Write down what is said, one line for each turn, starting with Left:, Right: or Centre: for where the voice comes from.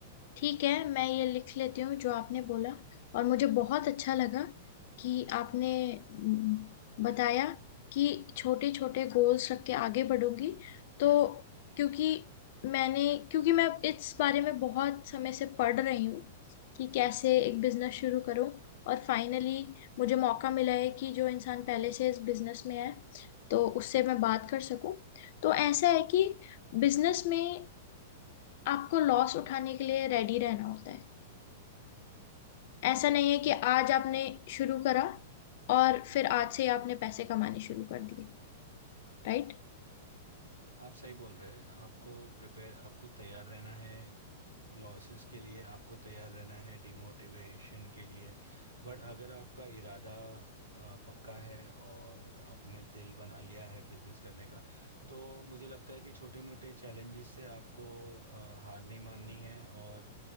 Left: ठीक है मैं ये लिख लेती हूँ जो आपने बोला और मुझे बहुत अच्छा लगा कि आपने हम्म, बताया कि छोटे छोटे गोल्स रख के आगे बढ़ूंगी तो क्योंकि मैंने क्योंकि मैं इस बारे में बहुत समय से पढ़ रही हूँ कि कैसे एक बिजनेस शुरू करूँ और फाइनली मुझे मौका मिला है कि जो इंसान पहले से इस बिजनेस में है तो उससे मैं बात कर सकूं तो ऐसा है कि बिजनेस में आपको लॉस उठाने के लिए रेडी रहना होता है ऐसा नहीं है
Right: सही
Left: कि आज आपने शुरू करा और फिर आज से ही आपने पैसे कमाने शुरू कर दिए राइट
Right: आप सही बोल रहे हैं आपको प्रिपेयर आपको तैयार रहना है लॉसेस के लिए आपको तैयार रहना है डिमोटिवेशन के लिए बट अगर आपका इरादा अ, पक्का है और आपने दिल बना लिया है बिजनेस करने का तो मुझे लगता है कि छोटे मोटे चैलेंजेस से आपको अ, हार नहीं माननी है और